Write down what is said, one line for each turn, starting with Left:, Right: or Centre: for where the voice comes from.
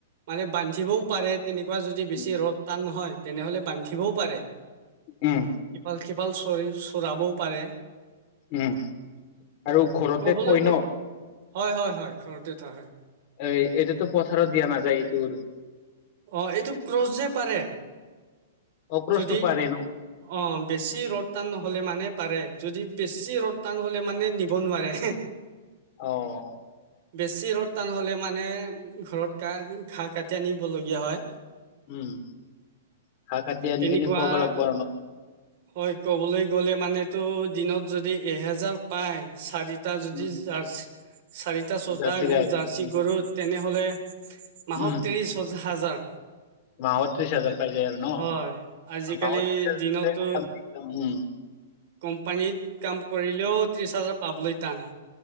Right: মানে বান্ধিবও পাৰে তেনেকুৱা যদি বেছি
Left: উম
Right: ৰ'দ টান নহয়। তেনেহ'লে বান্ধিবও পাৰে,
Left: উম
Right: ইফাল-সিফাল চৰি চৰাবও পাৰে।
Left: উম' আৰু ঘৰতে
Right: ক'বলৈ
Left: থৈ
Right: গ
Left: ন।
Right: হয় হয় হয় ঘৰতে থোৱা হয়।
Left: এই এইটোতো পথাৰত দিয়া নাযায়, এইবোৰ
Right: অ' এইটো ক্ৰচ যে পাৰে।
Left: অক্ৰচটো
Right: যদি,
Left: পাৰে ন
Right: অ' বেছি ৰ'দ টান নহ'লে মানে পাৰে, যদি বেছি ৰ'দ টান হ'লে মানে নিব নোৱাৰে।
Left: অ'
Right: বেছি ৰ'দ টান হ'লে মানে ঘৰত কা ঘাঁহ কাটি আনিবলগীয়া হয়।
Left: উম' ঘাঁহ কাটি আনি
Right: তেনেকুৱা
Left: কিনি খুৱাব লাগিব আৰু
Right: হয় ক'বলৈ গ'লে মানেতো দিনত যদি এহেজাৰ পায় চাৰি টা, যদি
Left: উম
Right: জাৰ্চ চাৰিটা ছটা
Left: জাৰ্চি গাই
Right: জাৰ্চি
Left: উম
Right: গৰু তেনেহ'লে মাহত
Left: উম
Right: ত্ৰিশ হাজাৰ
Left: মাহত ত্ৰিছ হাজাৰ পাইযাই আৰু ন?
Right: হয়। আজিকালি
Left: মাহত ত্ৰিছ
Right: দিনতো
Left: <unintelligible> উম'
Right: কোম্পানীত কাম কৰিলেও ত্ৰিশ হাজাৰ পাবলৈ টান।